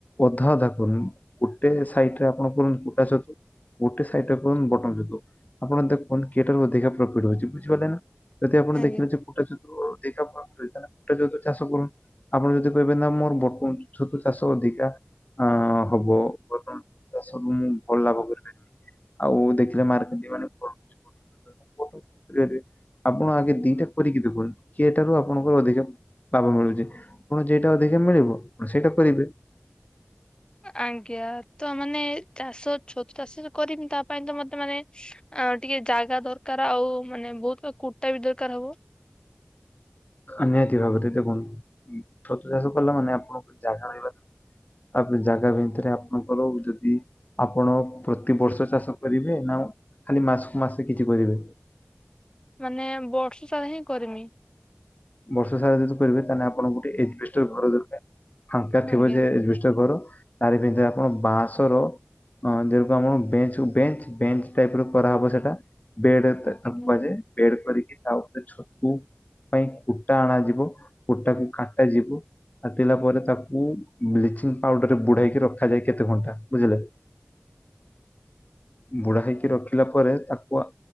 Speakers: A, on the left; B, on the left.
A: ଅଧା ଅଧା କରୁନ୍ ଗୋଟେ ସାଇଟରେ ଆପଣ କରନ୍ତୁ କୁଟା ଛତୁ ଗୋଟେ ସାଇଟରେ ଆପଣ ବଟମ ଛତୁ ଆପଣ ଦେଖନ୍ତ କିଏଟାରୁ ଅଧିକା ପ୍ରଫିଟ୍ ହୋଉଚି ବୁଝିପାରିଲେ ନା। ଯଦି ଆପଣ
B: ଆଜ୍ଞା।
A: ଦେଖିଲେ ଯେ କୁଟା ଚତୁ ଅଧିକା ପ୍ରଫିଟ ହୋଉଚି ତାହେଲେ ଆପଣ କୁଟା ଛତୁ ଚାଷ କରନ୍ ଆପଣ ଯଦି କହିବେ ନା ମୋର ବଟମ ଛତୁ ଚାଷ ଅଧିକା ଅଁ ହବ ବର୍ତ୍ତମାନ ଚାଷକୁ ମୁଁ ଭଲ ଲାଭ କରିପାରିବି। ଆଉ ଦେଖିଲେ <unintelligible> <inaudible> ଆପଣ ଆଗେ ଦିଇଟା କରିକି ଦେଖନ୍ତୁ କିଏଟାରୁ ଆପଣଙ୍କର ଅଧିକା ଲାଭ ମିଳୁଚି ଆପଣ ଯେଇଟା ଅଧିକା ମିଳିବ ଆପଣ ସେଇଟା କରିବେ।
B: ଆଜ୍ଞା ତ ମାନେ ଚାଷ ଛତୁ ଚାଷ ତ କରିମି ତା ପାଇଁ ତ ମତେ ମାନେ ଆ ଟିକେ ଜାଗା ଦରକାର ଆଉ ମାନେ ବୋହୁତ ପା କୁଟା ବି ଦରକାର ହବ।
A: ନିହାତି ଭାବରେ ଦେଖନ୍ତୁ ଉଁ ଛତୁ ଚାଷ କଲାମାନେ ଆପଣଙ୍କୁ ଜାଗା ରହିବା ଦ ତାପରେ ଜାଗା ଭିତରେ ଆପଣଙ୍କର ଯଦି ଆପଣ ପ୍ରତିବର୍ଷ ଚାଷ କରିବେ ନା ଖାଲି ମାସକୁ ମାସ କିଛି କରିବେ?
B: ମାନେ ବର୍ଷ ସାରା ହିଁ କରିମି।
A: ବର୍ଷ ସାରା ଯଦି କରିବେ ତାହାନେ ଆପଣ ଗୋଟେ ଏଜବେଷ୍ଟର ଘର ଦରକାର। ଫାଙ୍କା ଥିବ
B: ଆଜ୍ଞା
A: ଯେ ଏଜବେଷ୍ଟର ଘର ତାରି ଭିତରେ ଆପଣ ବାଁସର ଅଁ ଯେଡୁକୁ ଆମର ବେଞ୍ଚକୁ ବେଞ୍ଚ ବେଞ୍ଚ ଟାଇପର କରାହବ ସେଟା ବେଡ ଏତେ ତାକୁ
B: ଆଜ୍ଞା।
A: କୁହାଯାଏ, ବେଡ କରିକି ତା ଉପରେ ଛତୁ ପାଇଁ କୁଟା ଆଣାଯିବ କୁଟାକୁ କାଟାଯିବ। କାଟିଲା ପରେ ତାକୁ ବ୍ଲିଚିଂ ପାଉଡର ରେ ବୁଢେଇକି ରଖାଯାଏ କେତେ ଘଣ୍ଟା ବୁଝିଲେ। ବୁଢା ହେଇକି ରଖିଲା ପରେ ତାକୁ